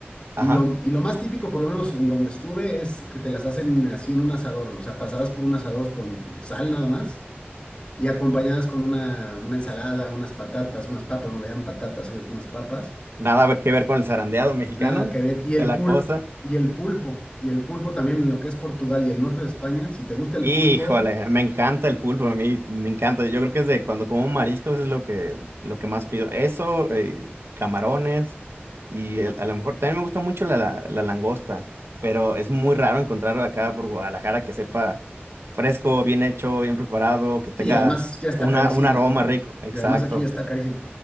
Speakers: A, on the left; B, on the right.
A: Y
B: Ajá.
A: lo, y lo más típico, por lo menos en donde estuve, es que te las hacen así en un asador, ¿no? o sea, pasadas por un asador con sal nada más y acompañadas con una, una ensalada, unas patatas, unas papas, no le llaman patatas ellos, unas papas,
B: Nada que ver con el zarandeado mexicano
A: nada que ver. Y el
B: de la
A: pulp,
B: costa.
A: y el pulpo, y el pulpo también en lo que es Portugal y el norte de España, si te gusta el
B: Híjole,
A: pulpo,
B: me encanta el pulpo, a mí me encanta. Yo creo que es de cuando como mariscos es lo que, lo que más pido. Eso, eh, camarones y el- a lo mejor también me gusta mucho la, la, la langosta, pero es muy raro encontrar acá por Guadalajara que sepa fresco, bien hecho, bien preparado, que tenga
A: sí, y además ya está
B: una,
A: carísima,
B: un aroma
A: ¿no?
B: rico. Exacto.
A: Y además aquí ya está carísima.